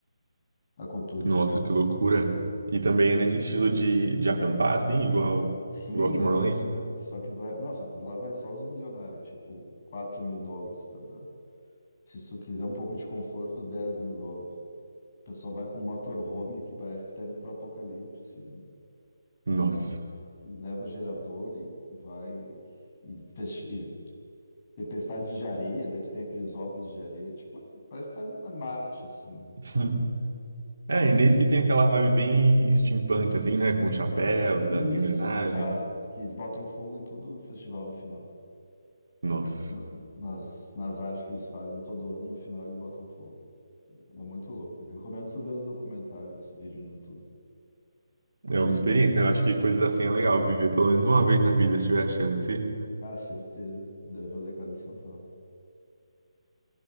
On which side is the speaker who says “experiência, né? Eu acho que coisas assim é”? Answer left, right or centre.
Right